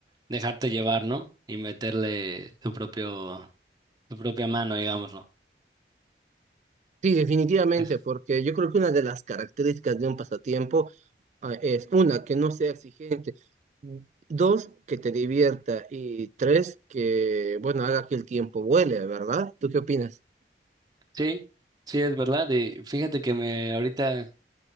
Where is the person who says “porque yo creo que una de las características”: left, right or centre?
Right